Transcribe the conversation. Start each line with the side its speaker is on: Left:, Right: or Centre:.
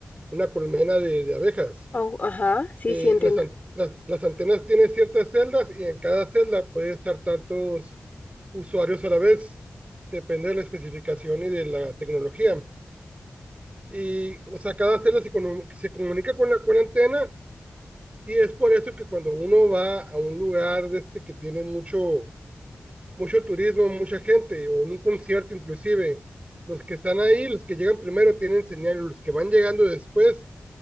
Right: una colmena de de abejas.
Left: Au- ajá, sí,
Right: eh,
Left: sí, entiendo.
Right: las, an- las, las antenas tienen ciertas celdas y en cada celda puede estar tantos usuarios a la vez. Depende de la especificación y de la tecnología. Y, o sea, cada celda se, comu- se comunica con la, con la antena y es por eso que cuando uno va a un lugar de este que tiene mucho, mucho turismo, mucha gente, o en un concierto inclusive, los que están ahí, los que llegan primero tienen señal, los que van llegando después